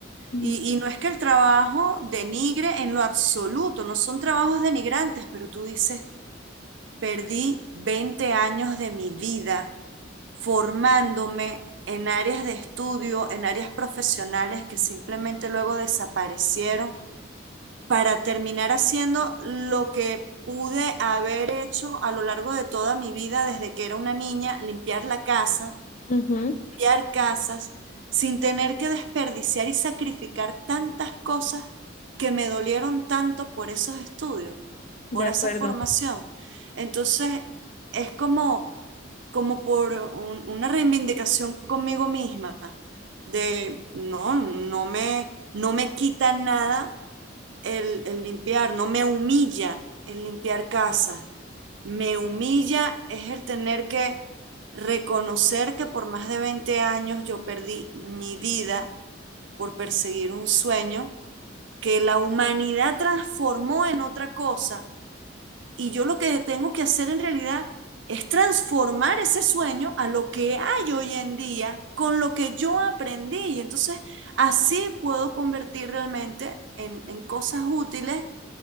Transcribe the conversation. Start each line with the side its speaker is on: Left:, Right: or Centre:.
Left: Mm,
Right: Y, y no es que el trabajo denigre en lo absoluto, no son trabajos denigrantes, pero tú dices, perdí 20 años de mi vida formándome en áreas de estudio, en áreas profesionales que simplemente luego desaparecieron para terminar haciendo lo que pude haber hecho a lo largo de toda mi vida desde que era una niña, limpiar la casa,
Left: Ujú,
Right: limpiar casas, sin tener que desperdiciar y sacrificar tantas cosas que me dolieron tanto por esos estudios,
Left: de
Right: por
Left: acuerdo.
Right: esa formación. Entonces, es como como por un- una reivindicación conmigo misma de no, no me, no me quita nada el, el limpiar, no me humilla el limpiar casa, me humilla es el tener que reconocer que por más de 20 años yo perdí mi vida por perseguir un sueño que la humanidad transformó en otra cosa y yo lo que tengo que hacer en realidad es transformar ese sueño a lo que hay hoy en día con lo que yo aprendí. Y entonces así puedo convertir realmente en, en cosas útiles